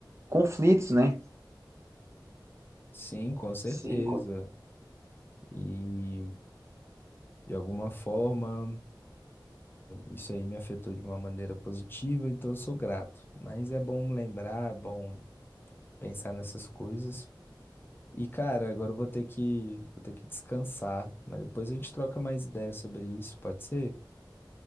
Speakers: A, on the right; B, on the left.
A: conflitos, né?
B: Sim, com certeza.
A: Sim, co-
B: E de alguma forma. Isso aí me afetou de uma maneira positiva, então eu sou grato. Mas é bom lembrar, é bom pensar nessas coisas. E, cara, agora eu vou ter que, vou ter que descansar, mas depois a gente troca mais ideias sobre isso, pode ser?